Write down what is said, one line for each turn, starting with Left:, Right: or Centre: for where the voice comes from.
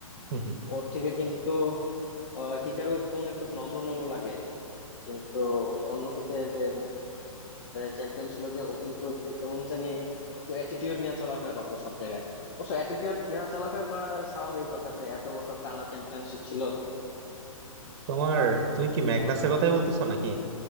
Right: হম হম
Left: ওর থেকে কিন্তু আহ, হিকারু কেমন একটু নম্র নম্র লাগে কিন্তু অন্যদিকে যে চ্যাম্পিয়ন ছিল যে ও কিন্তু একটু কেমন জানি একটু অ্যাটিটিউড নিয়ে চলাফেরা করতো সব জায়গায় অবশ্য অ্যাটিটিউড নিয়ে চলাফেরা করা স্বাভাবিক ওর কাছে এত বছর টানা চ্যাম্পিয়নশিপ ছিল
Right: তোমার তুমি কি ম্যাগনাসের কথাই বলতেছো নাকি